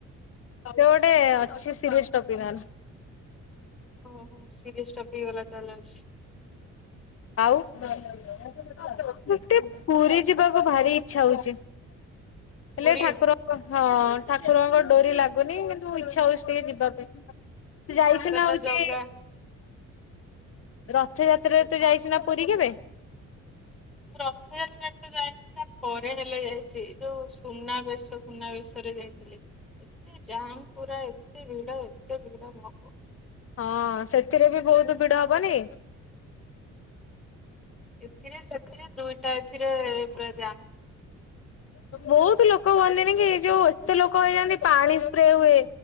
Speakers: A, on the left; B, in the centre.
A: ସେ ଗୋଟେ ଅଛି ସିରିଏସ ଟପିକାଲ।
B: ଓହୋ ସିରିଏସ୍ ଟପିକବାଲା ଚାଲେଞ୍ଜ।
A: ହୁଁ ହୁଁ ଆଉ ପୁରୀ ଯିବାକୁ ଭାରି ଇଚ୍ଛା ହଉଛି ହେଲେ
B: ପୁରୀ
A: ଠାକୁର ହଁ ଠାକୁରଙ୍କ ଡୋରି ଲାଗୁନି କିନ୍ତୁ ଇଚ୍ଛା ହଉଛି ଟିକେ ଯିବା ପାଇଁ। ତୁ ଯାଇଛୁ
B: ସେଟା
A: ନା
B: ତ
A: ହଉଛି
B: ଜଗା
A: ରଥଯାତ୍ରାରେ ତୁ ଯାଇଚୁ ନା ପୁରୀ କେବେ?
B: ରଥଯାତ୍ରା ତ ଯାଇନି ତା ପରେ ହେଲେ ଯାଇଛି ଯୋଉ ସୁନା ବେଶ ସୁନାବେେଶରେ ଯାଇଥିଲି ଏତେ ଜାମ ପୁରା ଏତେ ଭିଡ ଏତେ ଭିଡ ଭଗ
A: ହଁ ସେଥିରେ ବି ବହୁତ ଭିଡ ହବନି।
B: ଏଥିରେ ସେଥିରେ ଦୁଇଟା ଏଥିରେ ପୁରା ଯାମ
A: ବହୁତ ଲୋକ ହୁଅନ୍ତିନି କି ଏଇ ଯୋଉ ଏତେ ଲୋକ ହେଇଯାନ୍ତି ପାଣି ସ୍ପ୍ରେ ହୁଏ।